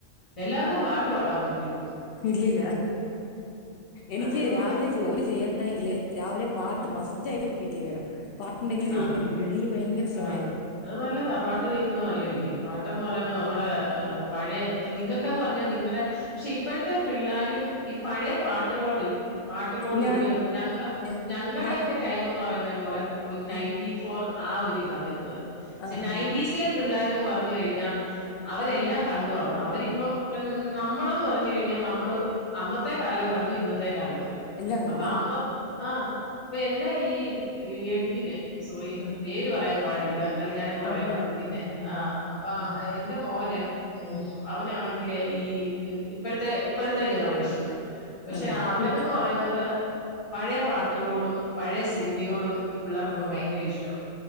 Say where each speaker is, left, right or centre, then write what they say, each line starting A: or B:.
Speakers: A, on the left; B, on the left.
A: എല്ലാർക്കും പാട്ട് പാടാൻ പറ്റോ
B: ഇല്ലില്ലാ എനിക്ക്
A: അതേപോലെ
B: രാവിലെ ജോലി ചെയ്യണെങ്കില് രാവിലെ പാട്ട്
A: ഉം
B: മസ്റ്റ് ആയിട്ട് വീട്ടി വേണം പാട്ട്ണ്ടെങ്കിലെ ജോലി
A: ആ
B: ചെയ്യാൻ പറ്റ്ള്ളൂ ഇല്ലങ്കി ഭയര സ്ലോയാ
A: ആഹ്
B: ഞാൻ.
A: അത് നല്ലതാ പാട്ട് കേൾക്കുന്നത് നല്ലയല്ലിയോ പാട്ടെന്ന് പറയുന്നത് നമ്മുടെ പഴയ നിങ്ങൾക്കന്ന് പറഞ്ഞാൽ നിങ്ങളുടെ പക്ഷെ ഇപ്പോഴത്തെ പിള്ളേരും ഈ പഴയ പാട്ടുകളോട് പാട്ടുകളോട്
B: ഞാൻ
A: വലിയ ഞങ്ങ
B: ഞാൻ
A: ഞങ്ങടെയൊക്കെ
B: ഞാ-
A: ടൈം എന്ന് പറയുന്ന മോളെ ഒരു നയന്റി
B: ഞാൻ ആ
A: ഫോർ ആ ഒരു ഇതാ വരുന്നത് പക്ഷെ
B: ആ
A: നയൻറ്റീസിലെ
B: ആ
A: പിള്ളേരന്ന് പറഞ്ഞു കഴിഞ്ഞാൽ
B: ഉം
A: അവരെല്ലാം കണ്ടു വളർന്നത അവരിപ്പം ഇപ്പ നമ്മളന്ന് പറഞ്ഞു കഴിഞ്ഞാൽ നമ്മള് അന്നത്തെ കാലവും കണ്ടു ഇന്നത്തെ കാലവും കണ്ടു
B: എല്ലാം കണ്ടു
A: അപ്പ അന്ന് ആഹ അപ്പൊ എന്റെ ഈ എട്ടിനെ സോറി
B: ഉം
A: പേര് പറയാൻ
B: ഉം
A: പാടില്ല എന്നാലും ഞാനങ്ങ് പറയുവാ
B: ആ കുഴപ്പമില്ല
A: പിന്നെ
B: പറഞ്ഞോ
A: ആ
B: ഉം
A: അപ്പ
B: ഉം
A: എന്റെ മോന് ഉ
B: ഉം
A: അവനാണെങ്കില് ഈ ഇപ്പോഴത്തെ ഇപ്പോഴത്തെ ജനറേഷന പക്ഷെ
B: ആ
A: അവൻന്ന്
B: ടൂക്കി
A: പറയുന്നത് പഴയ പാട്ടുകളോടും പഴയ സി മയോടും ഈ പിള്ളേർക്കൊക്കെ
B: ഉം
A: ഭയങ്കര ഇഷ്ടവാ